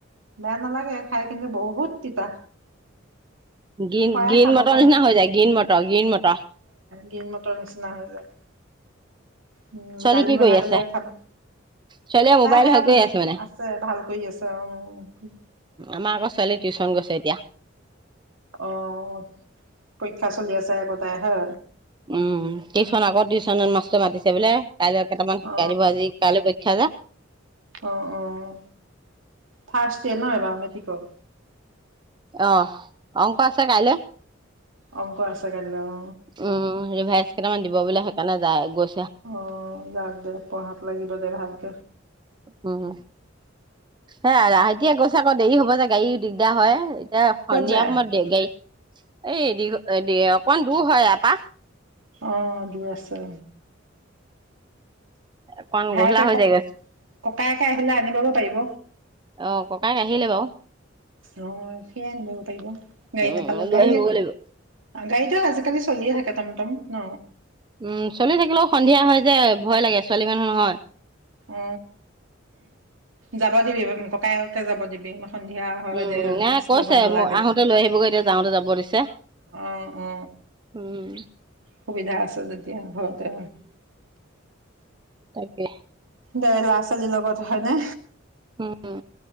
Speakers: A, on the right; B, on the right.
A: বেয়া নালাগে খাই কিন্তু বহুত তিতা
B: গ্ৰী
A: খোৱাই
B: গ্ৰীণ
A: খাব
B: মটৰ
A: পাৰে
B: নিচিনা হৈ যায়, গ্ৰীণ মটৰ গ্ৰীণ মটৰ
A: গ্ৰীন মটৰ নিচিনা হৈ যায়। উম
B: ছোৱালী
A: দালি
B: কি
A: বনাই
B: কৰি
A: পেলাই
B: আছে
A: খাব।
B: ছোৱালীয়ে
A: তাই
B: মোবাইল
A: হেই
B: ভাল কৰি মানে
A: আছে পঢ়া-শুনা কৰি আছে অ'।
B: আমাৰ আকৌ ছোৱালী টিউশচন গৈছে এতিয়া
A: আহ পৰীক্ষা চলি আছে একোটাই হে?
B: উম টিউশন আকৌ টিউশন মাষ্টৰ মাতিছে বোলে কাইলৈ কেইটামান শিকাই
A: অ
B: দিব আজি কাইলৈ পৰীক্ষা যে।
A: অ অঁ। ফাৰষ্ট দ ন হয় বা মেতি কক
B: আহ। অংক আছে কাইলৈ
A: অংক আছে কাইলৈ অ
B: উম ৰিভাইছ কেইটামান দিব বুলি সেইকাৰণে যাই গৈ
A: অ যাক দেক পঢ়াত লাগিব দেহাল া <unintelligible> ক
B: উম। হেতিয়া গৈছে আকৌ দেৰি হ'ব যে গাড়ী দিগদাৰ হয়। এ সন্ধিয়া
A: ক'ত যায়
B: সময়ত দেগা়ত এইঘ অকমান দূৰ হয় এপা
A: আহ দুৰ আছে।
B: অকন
A: ভায়েকে
B: গধূলা হৈ
A: ক
B: যায়গৈ
A: ককায়েকে আহিলে আনি লব পাৰিব।
B: অ ককায়েক আহিলে বাৰু
A: অ। সেয়াই আনিব পাৰিব। গাড়ী
B: উমল
A: নাপালে গাড়ী
B: আহিবিব
A: গাড়ীতো আজিকালি চলিয়ে থাকে টমটম ন!
B: উম চলি থাকিলেও সন্ধিয়া হয় যে ভয় লাগে ছোৱালী মানুহ নহয়।
A: অ যাব দিবি ককায়কে যাব দিবি সন্ধিয়া হয়
B: উম
A: দে ৰিক্স
B: এ কৈছে
A: ল'ব নালাগে
B: আহোতে লৈ আহিবগৈ এতিয়া যাওঁতে যাব দিছে
A: অ অ
B: উম।
A: সুবিধা আছে যেতিয়া ঘৰতে
B: ে <unintelligible>
A: দে ল'ৰা ছোৱালীৰ লগত হয় ন!
B: উম।